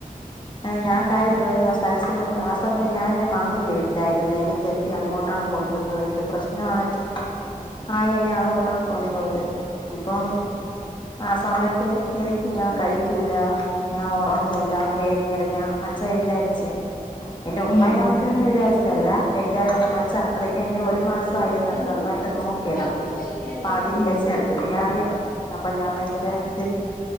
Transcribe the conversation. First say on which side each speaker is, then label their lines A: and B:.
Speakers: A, on the left; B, on the left.
A: ആ് ഞാൻ കരഞ്ഞു <unintelligible> ആ സമയം ഞാൻ എന്റെ മാമിയിന്റെ വീട്ടിലായിരുന്നു എന്നെ കെട്ടി അങ്ങോട്ടാണ് കൊണ്ടുപോയത് പ്രശ്നമാക്കി ആയിെ അങ്ങോട്ടാണ് കൊണ്ടു പോയത് അപ്പം ആ സമയക്ക എനിക്ക് ഞാൻ കഴിക്കൂല ഞാൻ ഉറങ്ങൂല ഏ നിറഞ്ഞ അച്ചായി വിചാരിച്ചേ എന്റെ ഉമമ്മെ
B: ഉം ഉം
A: വാപ്പന്ന് വിചാരിച്ചേ എന്റെ മച്ച അത്രയ്ക്ക് എന്നെ ഒരു മാസ
B: ആവും
A: ആയിരുന്നാലും
B: ഉം
A: നന്നായിട്ട് നോക്കിടാ
B: ഉം ഉം
A: അപ്പ അതിന്റെ
B: ഉം
A: ചെറു അതിന അറിയാം അപ്പൊ ഞാൻ ഭയങ്കര ഇത്